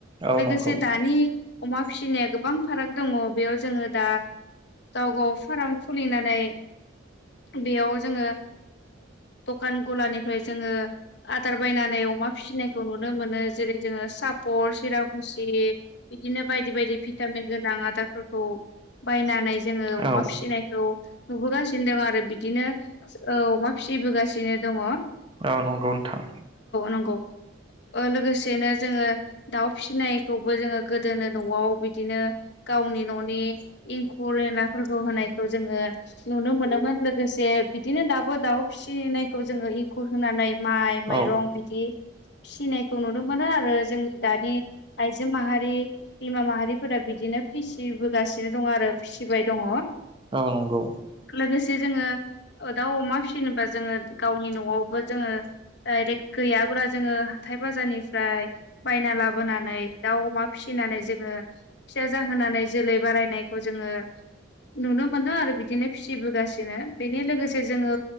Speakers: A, on the right; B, on the left.
A: औ
B: लोगोसे
A: नंगौ
B: दानि अमा फिसिनाया गोबां फाराग दङ बेयाव जोङो दा गाव गाव फाराम खुलिनानै बेयाव जोङो दखान गलानिफ्राय जोङो आदार बायनानै अमा फिसिनायखौ नुनो मोनो जेरै जोङो सापर सिराखुसि बिदिनो बायदि बायदि भिटामिन गोनां आदारफोरखौ बायनानै जोङो अमा
A: औ
B: फिसिनायखौ नुबोगासिनो दं आरो बि दिनो औ अमा फिसिबोगासिनो दङ।
A: औ नंगौ नोंथां।
B: नंगौ औ लोगोसेनो जोङो दाउ फिसिनायखौ जोङो गोदोनो न'आव बिदिनो गावनि न'नि एंखुर एनलाफोरखौ होनायखौ जोङो नुनो मोनोमोन लोगोसे बिदिनो दाबो दाव फिसिनायखौ जोङो इंखुर होनानै माइ माइरं
A: औ
B: बिदि फिसिनायखौ नुनो मोनो आरो जोंनि दानि आइजो माहारि बिमा माहारिफोरा बिदिनो फिसिबोगासिनो दङ आरो फिसिबाय दङ।
A: औ नंगौ।
B: लोगोसे जोङो दाउ अमा फिसिनोबा जोङो गावनि नवावबो जोङो डायरेक गैयाब्ला जोङो हाथाय बाजारनिफ्राय बायना लाबोनानै दाउ अमा फिसिनानै जोङो फिसा जाहोनानै जोलै बारायनायखौ जोङो। नुनो मोनो आरो बिदिनो फिसिबोगासिनो बेनि लोगोसे जोङो